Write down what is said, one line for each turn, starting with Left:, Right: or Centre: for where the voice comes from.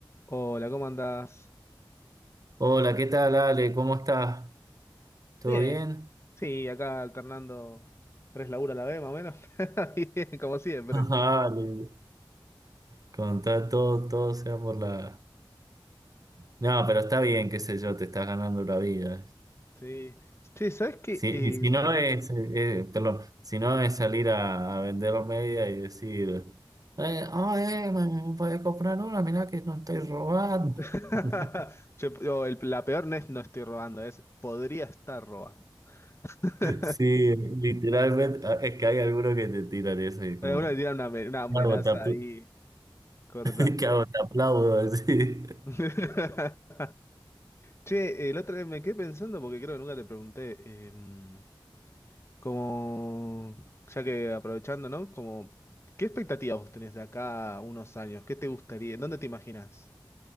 Left: Hola, ¿cómo andás?
Right: Hola, ¿qué tal, Ale? ¿Cómo estás? ¿Todo
Left: Bien,
Right: bien?
Left: sí, acá alternando tres laburos a la vez, más o menos. <laughs> Bien, como siempre.
Right: <laughs> Ale, contá todo, todo sea por la... No, pero está bien, qué sé yo, te estás ganando la vida.
Left: Sí. Che, ¿sabés qué?
Right: Si,
Left: Eh,
Right: y si no es, eh, eh, perdón, si no es salir a, a vender media y decir, eh, "Ah, eh, me me podés comprar una, mirá que no estoy robando.
Left: <laughs>
Right: <laughs>
Left: che, no, el- la peor no es no estoy robando, es podría estar robando. <laughs>
Right: Sí, literalmente, ah, es que hay algunos que te tiran eso y como,
Left: Eh, Uno le tira una, ame- una amenaza
Right: ¿qué hago? Te apl-
Left: ahí corta.
Right: <laughs> ¿qué hago? Te aplaudo, <laughs> así.
Left: <laughs> Che, el otro día me quedé pensando porque creo que nunca te pregunté. em, Como, ya que aprovechando, ¿no? Como, ¿qué expectativas vos tenés de acá a unos años? ¿Qué te gustaría? ¿En ¿Dónde te imaginas?